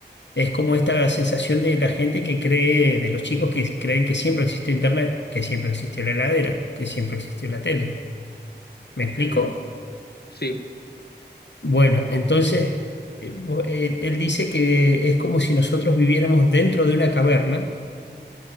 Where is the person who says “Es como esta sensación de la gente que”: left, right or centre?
Left